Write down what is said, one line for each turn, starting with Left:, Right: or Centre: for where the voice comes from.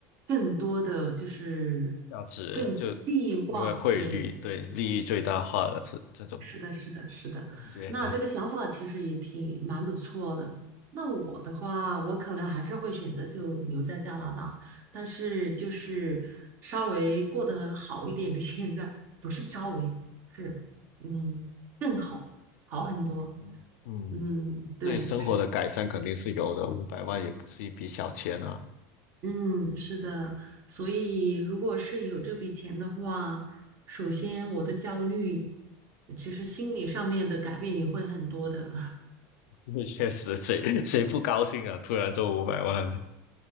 Right: 更多的就是
Left: 要值就
Right: 更地化，
Left: 因为汇率对利益最大化了，
Right: 对，
Left: 是这种
Right: 是的，是的，是的。
Left: 感觉。
Right: 那这个想法其实也挺蛮不错的。那我的话，我可能还是会选择就留在加拿大，但是就是稍微过得好一点，比现在不是稍微，是嗯更好，好很多。
Left: 嗯，嗯
Right: 嗯，对，
Left: 对生活的改善肯定是有的，
Right: 是，的，
Left: 五百万也不是一笔小钱啊。
Right: 嗯，是的。所以如果是有这笔钱的话，首先我的焦虑，其实心理上面的改变也会很多的。
Left: <laughs> 因为确实谁谁不高兴啊？突然中五百万，